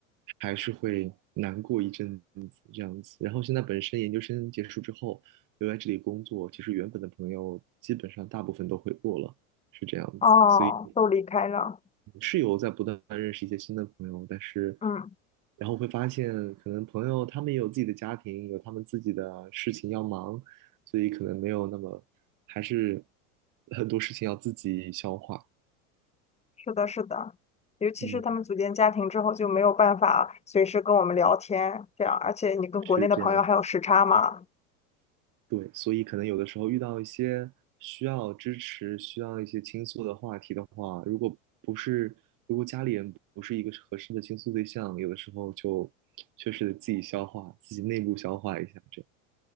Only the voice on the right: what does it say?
还是会难过一阵子这样子。然后现在本身研究生结束之后留在这里工作，其实原本的朋友基本上大部分都回国了，是这样子，
所以。
是有在不断认识一些新的朋友，但是
然后会发现，可能朋友他们也有自己的家庭，有他们自己的事情要忙，所以可能没有那么，还是很多事情要自己消化。
嗯，
是这样子。对，所以可能有的时候遇到一些需要支持、需要一些倾诉的话题的话，如果不是，如果家里人不是一个合适的倾诉对象，有的时候就确实得自己消化，自己内部消化一下，这样。